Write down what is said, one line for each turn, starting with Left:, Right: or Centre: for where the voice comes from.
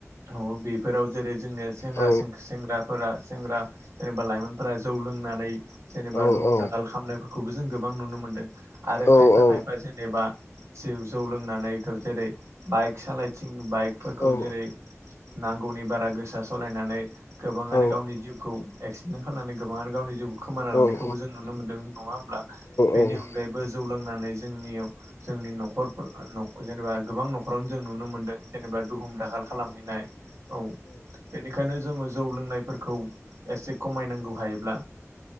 Right: औ बेफोराव जेरै जोंनिया सेंग्रा
Left: औ
Right: सेंग्राफोरा सेंग्रा जेनेबा लाइमोनफोरा जौ लोंनानै जेनेबा
Left: औ
Right: दुहुम
Left: औ
Right: दाखाल खालामनायफोरखौबो जों गोबां नुनो मोन्दों आरो
Left: औ
Right: खायफा
Left: औ
Right: खायफा जेनेबा जौ जौ लोंनानै जेरै बाइक सालायथिं बाइकफोरखौ
Left: औ औ
Right: जेरै नांगौनि बारा गोसा सालायनानै गोबाङानो
Left: औ
Right: गावनि जिउखौ एक्सिडेन्ट खालामनानै गोबाङानो गावनि जिउ खोमाना लायानायखौबो
Left: औ
Right: जों नुनो मोनदों नङा होमब्ला बेनि
Left: औ नंगौ
Right: अनगायैबो जौ लोंनानै जोंनियाव जोंनि न'खरफोर न'जेनेबा गोबां न'खरावनो जों नुनो मोनदों जेनेबा दुहुम दाखाल खालामहैनाय औ बेनिखायनो जोङो जौ लोंनायफोरखौ एसे खमायनांगौ हायोब्ला